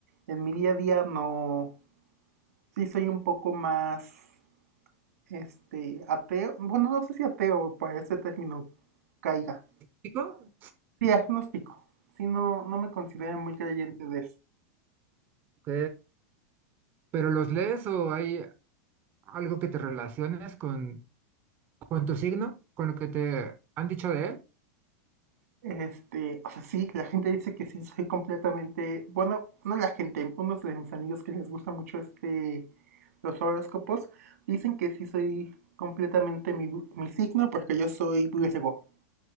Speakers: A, on the right (about 75°); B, on the right (about 25°).
A: En mi día a día no, sí soy un poco más, este, ateo, bueno, no sé si ateo para ese término caiga,
B: ¿Chico?
A: Sí, agnóstico. Sí, no, no me considero muy creyente de eso.
B: Ok, pero ¿los lees o hay algo que te relaciones con, con tu signo? ¿Con lo que te han dicho de él?
A: Este, o sea, sí, la gente dice que sí, soy completamente, bueno, no la gente, unos de mis amigos que les gusta mucho este, los horóscopos, dicen que sí soy completamente mi, mi signo porque yo soy Virgo.